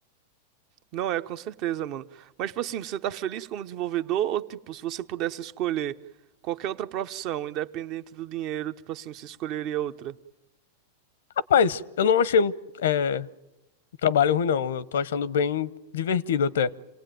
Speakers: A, on the right (about 45°); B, on the left (about 80°).
A: não é, com certeza, mano. Mas tipo assim, você tá feliz como desenvolvedor ou tipo, se você pudesse escolher qualquer outra profissão, independente do dinheiro, tipo assim, você escolheria outra?
B: Rapaz, eu não achei um é, um trabalho ruim, não. Eu tô achando bem divertido até.